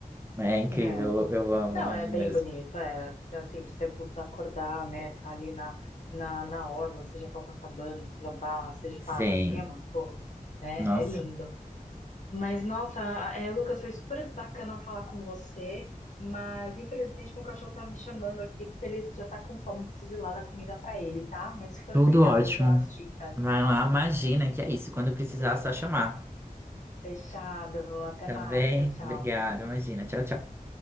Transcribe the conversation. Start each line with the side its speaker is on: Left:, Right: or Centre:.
Right: É incrível,
Left: É.
Right: eu, eu amo,
Left: Não,
Right: amo
Left: é bem
Right: mesmo.
Left: bonito, é. Assim, você putz, acordar, né? Tá ali na, na, na orla, seja Copacabana, seja Barra, seja Ipanema,
Right: Sim,
Left: né?
Right: nossa,
Left: É lindo. Mas, nossa, é, Lucas, foi super bacana falar com você, mas infelizmente meu cachorro tá me chamando aqui porque ele já tá com fome, eu preciso ir lá dar comida pra ele, tá? Mas super
Right: tudo
Left: obrigada
Right: ótimo.
Left: aí pelas dicas.
Right: Vai lá, imagina que é isso. Quando precisar, é só chamar.
Left: Fechado. Até
Right: Tá
Left: mais.
Right: bem?
Left: Tchau, tchau.
Right: Obrigado, imagina. Tchau, tchau.